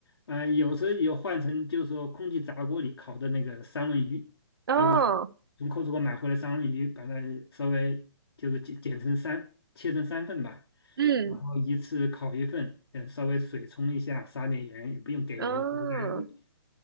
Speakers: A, on the left; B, on the right.
A: 啊、有时候有换成就是说空气炸锅里烤的那个三文鱼，
B: 哦
A: 就是从 Costco 买回来三文鱼，把它稍微就是剪剪成三，切成三份吧，
B: 嗯
A: 然后一次烤一份，呃，稍微水冲一下，撒点盐，也不用给油，
B: 哦
A: 直接在微